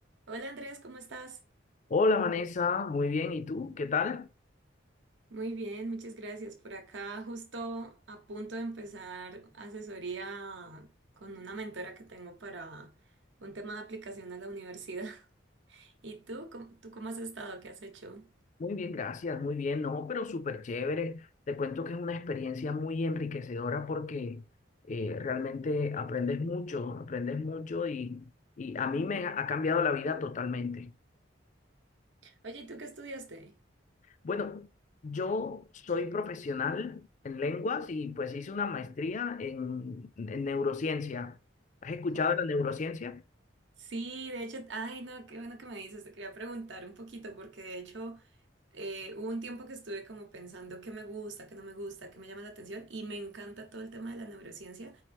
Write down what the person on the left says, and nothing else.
Hola Vanessa, muy bien. ¿Y tú? ¿Qué tal?
Muy bien, gracias. Muy bien, no, pero súper chévere. Te cuento que es una experiencia muy enriquecedora porque eh, realmente aprendes mucho, aprendes mucho y, y a mí me ha cambiado la vida totalmente.
Bueno, yo soy profesional en lenguas y pues hice una maestría en, en neurociencia. ¿Has escuchado
de la neurociencia?